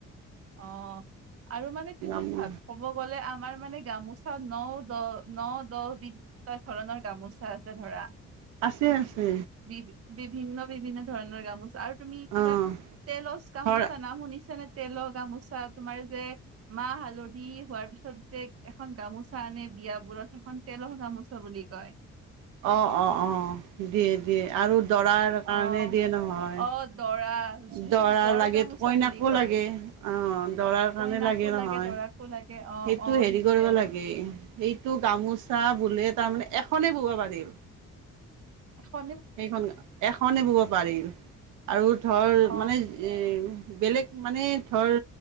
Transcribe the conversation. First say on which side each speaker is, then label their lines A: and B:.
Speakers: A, on the right; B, on the right.
A: অ আৰু মানে তুমি
B: গামো
A: ভ ক'ব গ'লে আমাৰ মানে গামোচা ন দহ ন দহ বিধ ধৰণৰ গামোচা আছে ধৰা
B: আছে আছে
A: বি বিভিন্ন বিভিন্ন ধৰণৰ গামোচা আৰু তুমি কিবা
B: অ',
A: তেলচ গামোচা
B: ঘৰ
A: নামোনিছানে তেলত গামোচা তোমাৰ যে মাহ হালধি হোৱাৰ পিছত যে এখন গামোচা আনে বিয়া ব ৰত এখন তেলৰ গামোচা বুলি কয়
B: অ অ অ দিয়ে দিয়ে আৰু দৰাৰ
A: অ',
B: কাৰণে দিয়ে নহয়
A: অ', দৰা সেইটো
B: দৰাৰ
A: জৰ
B: লাগে
A: গামোচা
B: কইনাকো
A: বুলি কয়।
B: লাগে অ দৰাৰ
A: কইনাকো
B: কাৰণে লাগে নহয়
A: দৰাকো লাগে অ',
B: সেইটো
A: অ',
B: হেৰি
A: সেইটোৱে
B: কৰিব লাগে সেইটো গামোচা বোলে তাৰমানে এখনেই বব পাৰিল
A: হয়
B: সেইখন এখনে বব পাৰিল আৰু ধৰ
A: অ'।
B: মানে এ বেলেগ মানে ধৰ